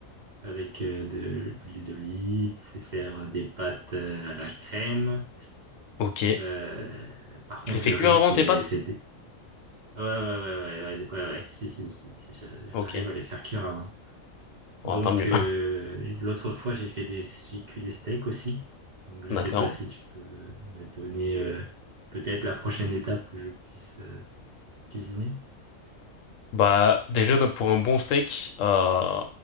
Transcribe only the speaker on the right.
avec euh, de l'huile d'olive, je sais faire des pâtes euh, à la crème.
Euh, par contre,
le riz,
c'est,
c'est, dé- ouais, ouais, ouais, ouais, ouais, ouais, ouais, ouais. si, si, si, si, je-
j'arrive à les faire cuire avant.
Donc,
euh, l'autre fois, j'ai fait des, j'ai cuit les steaks aussi. Donc, je
sais
pas si tu peux me donner, euh, peut-être la prochaine étape que je puisse, euh, cuisiner.